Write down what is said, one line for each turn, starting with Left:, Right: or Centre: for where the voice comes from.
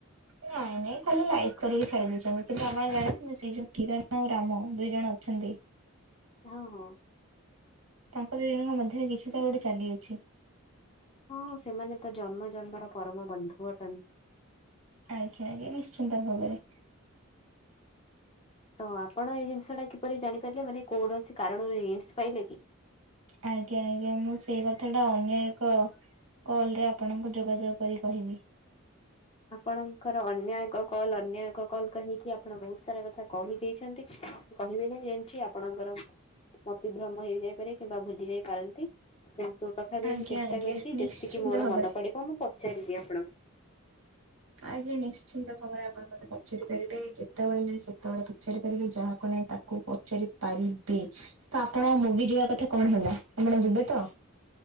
Right: ନାଇଁ ନାଇଁ ଖାଲି ଲାଇକ୍ କରିକି ଛାଡି ଦେଇେଇଛନ୍ତି କିନ୍ତୁ ଆପଣ ଜାଣିଚନ୍ତି ସେ ଯୋଉ କିରଣ ଆଉ ରାମ ଦୁଇ ଜଣ ଅଛନ୍ତି
Left: ହଁ ହଁ।
Right: ତାଙ୍କ ଦୁଇ ଜଣଙ୍କ ମଧ୍ୟରେ କିଛି ତ ଗୋଟେ ଚାଲିଅଛି।
Left: ହଁ ସେମାନେ ତ ଜନ୍ମ ଜନ୍ମର ପରମ ବନ୍ଧୁ ଅଟନ୍ତି।
Right: ଆଜ୍ଞା ଆଜ୍ଞା ନିଶ୍ଚିନ୍ତ ଭାବରେ।
Left: ତ ଆପଣ ଏଇ ଜିନିଷ ଟା କିପରି ଜାଣିପାରିଲେ ମାନେ କୌଣସି କାରଣରୁ ହିଣ୍ଟସ ପାଇଲେ କି?
Right: ଆଜ୍ଞା ଆଜ୍ଞା ମୁଁ ସେଇ କଥା ଟା ଅନ୍ୟ ଏକ କଲ୍ ରେ ଆପଣଙ୍କୁ ଯୋଗାଯୋଗ କରି କହିବି।
Left: ଆପଣଙ୍କର ଅନ୍ୟ ଏକ କଲ ଅନ୍ୟ ଏକ କଲ କହିକି ଆପଣ ବହୁତ ସାରା କଥା କହିଦେଇଚନ୍ତି। କହିବେନି ଜାଣିଚି ଆପଣଙ୍କର ମତିଭ୍ରମ ହେଇ ଯାଇପାରେ କିମ୍ବା ଭୁଲି ଯାଇ ପାରନ୍ତି। ତଥାପି
Right: ଆଜ୍ଞା
Left: ମୁଁ ଚେଷ୍ଟା
Right: ଆଜ୍ଞା
Left: କରିବି
Right: ନିଶ୍ଚିନ୍ତ
Left: ଯେତିକି ମୋର
Right: ଭାବରେ।
Left: ମନ ପଡିବ ମୁଁ ପଚାରିବି ଆପଣଙ୍କୁ।
Right: ଆଜ୍ଞା ନିଶ୍ଚିନ୍ତ ଭବରେ ଆପଣ ମତେ ପଚାରି ପାରିବେ ଯେତେବେଳେ ନାହିଁ ସେତେବେଳେ ପଚାରି ପାରିବେ। ଯାହାକୁ ନାହିଁ ତାକୁ ପଚାରି ପାରିବେ। ତ ଆପଣ ମୁଁ ବି ଯିବା କଥା କଣ ହେଲା ଆପଣ ଯିବେ ତ?